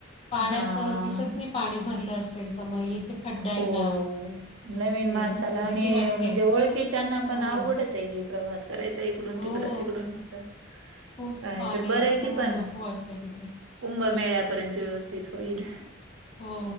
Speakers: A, on the left (about 30°); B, on the right (about 75°).
A: पाण्याच
B: हां,
A: दिसत नाही पाणी भरलं असेल तर मग इथे. खड्डा आहे
B: हो
A: का?
B: नवीन
A: मग ते
B: माणसाला
A: भीती
B: आणि
A: वाटते.
B: म्हणजे ओळखी त्यांना पण
A: हो,
B: आवडच आहे की प्रवास करायचा इकडून
A: हो.
B: -तिकडं तिकडून- इकडं
A: खूप
B: काय
A: पाणी
B: तर बरं
A: असताना
B: आहे की पण
A: मग नको वाटतं तिथे.
B: कुंभमेळ्यापर्यंत व्यवस्थित होईल.
A: हो